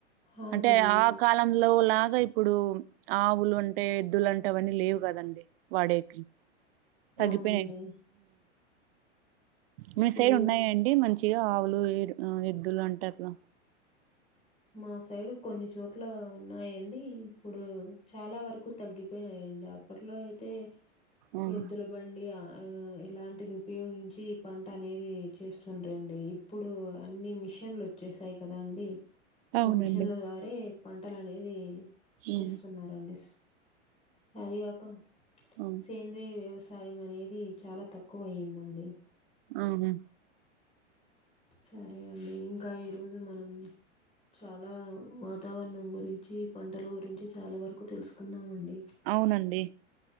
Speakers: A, on the left; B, on the right.
A: అవునండి.
B: అంటే ఆ కాలంలో ఇలాగా ఇప్పుడు ఆవులు అంటే ఎద్దులు అంటే అవన్నీ లేవు కదండి వాడేకి తగ్గిపోయి
A: అవునండి. ఇప్పుడు
B: మీ సైడ్ ఉన్నాయండి మంచి ఇ ఆవులు ఏ ఎద్దులు అంటే అట్లా
A: మా సైడు కొన్ని చోట్ల ఉన్నాయండి ఇప్పుడు చాలా వరకు ఎక్కువ తగ్గిపోయినాయండి అప్పట్లో అయితే
B: ఉమ్
A: ఎద్దుల బండి ఇలాంటిది ఉపయోగించి పంట అనేది చేస్తు డండి ఇప్పుడు అన్ని మిషన్లు వచ్చేసాయి కదా అండి
B: అవునండి
A: ఆ మిషన్ల ద్వారే పంటలు అనేది చేస్తున్నారండి
B: ఉమ్
A: అదికాక
B: అవును
A: సేంద్రీయ వ్యవసాయం సాయం అనేది చాలా తక్కువ అయ్యిందండి
B: ఉహూ
A: సరే అండి ఇంకా ఈరోజు మనం చాలా వాతావరణం గురించి పంటల గురించి చాలా వరకు తెలుసుకున్నామండి
B: అవునండి